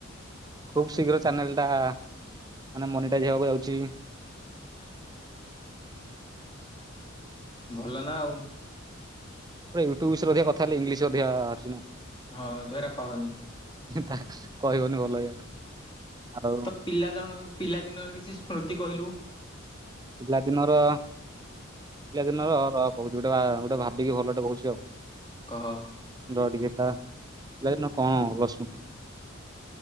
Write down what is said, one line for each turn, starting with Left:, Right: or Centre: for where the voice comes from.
Right: ଖୁବ୍ ଶୀଘ୍ର ଚ୍ୟାନେଲ୍ ଟା ମାନେ ମନିଟାଇଜ୍ ହେବାକୁ ଯାଉଛି।
Left: ଭଲ ନାଁ ଆଉ।
Right: ପରେ ୟୁଟୁବ୍ ବିଷୟରେ ଅଧିକ କଥା ହେଲେ ଇଂଲିଶ ଅଧିକା ବାହାରୁଚି ନାଁ?
Left: ହଁ ତୁ ହେରା କହନି।
Right: ତାହା କହିବନି ଭଲ ଇଅ ଆଉ
Left: ତ ପିଲା ଜଣ ପିଲା ଦିନର କିଛି ସ୍ମୃତି କହିଲୁ।
Right: ପଲା ଦିନର ପିଲା ଦିନର ର କହୁଚି ଗୋଟେ ବା ଗୋଟେ ଭାବିକି ଭଲୋଟେ କହୁଚି ଆଉ।
Left: କହ।
Right: ର ଟିକେ ଥା ପିଲା ଦିନ କଁ ଭଲ ସ୍ମୃତି?